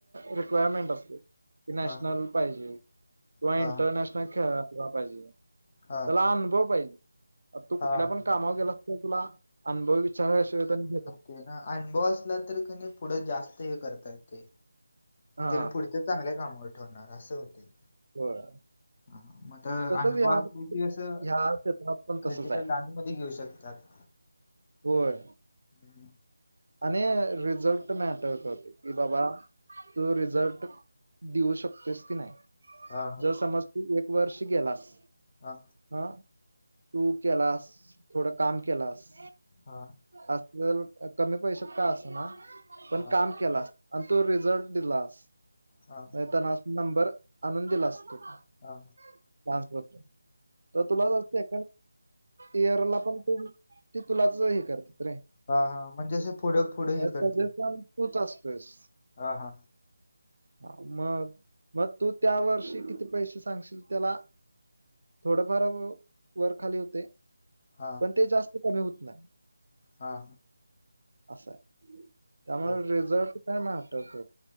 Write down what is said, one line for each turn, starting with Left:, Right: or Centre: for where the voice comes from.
Right: रिक्वायरमेंट असत्यात. ते नॅशनल
Left: हां.
Right: पाहिजे किंवा
Left: हां.
Right: इंटरनॅशनल खेळाला पाहिजे.
Left: हां.
Right: त्याला
Left: हां.
Right: अनुभव पाहिजे आ तू कुठल्या
Left: हां.
Right: पण कामावर गेलास तर तुला अनभव विचारल्या शिवाय त्यांनी घेत नायत.
Left: ते ना अनुभव असला तरी का नय, पुढं जास्त हे करताात ते
Right: हा
Left: ते ना पुढच चांगल्या कामावर ठेवणार असे होतय ते.
Right: होय.
Left: ह मग तर
Right: तसंच
Left: अनुभव
Right: ह्या
Left: असले
Right: ह्या
Left: की असं
Right: क्षेत्रात पण
Left: क्रिटिकल
Right: तसंच आहे
Left: डान्स मधी घेऊ शकतात.
Right: होय.
Left: हम्म.
Right: आणि रिझल्ट मॅटर करते की बाबा तू रिझल्ट. देऊ शकतोस की नाही?
Left: हां,
Right: जर समज तू एक वर्ष गेलास.
Left: हा.
Right: हं तू केलास थोडं काम केलास.
Left: हा.
Right: असल कमी पैशात का असं ना. पण
Left: हां.
Right: काम केलास आणि तो रिझल्ट दिलास
Left: हां.
Right: ताना. नंबर आणून दिल असतो, तासगावातून.
Left: हां.
Right: तर तुला जास्त ए इयर ला पण तू ते तुलाच हे करतात रे.
Left: हा हा म्हणजे असे पुढं पुढे हे
Right: अ <unintelligible>
Left: करतील
Right: तूच असतोयस.
Left: हा हा.
Right: ह मग मग तू त्या वर्षी किती पैसे सांगशील त्याला थोडंफार व वर खाली होते
Left: हा
Right: पण ते जास्त कमी होत नाही.
Left: हा.
Right: असा आहे त्यामुळे
Left: ओके
Right: रिझर्ट चं काय नाय वाटत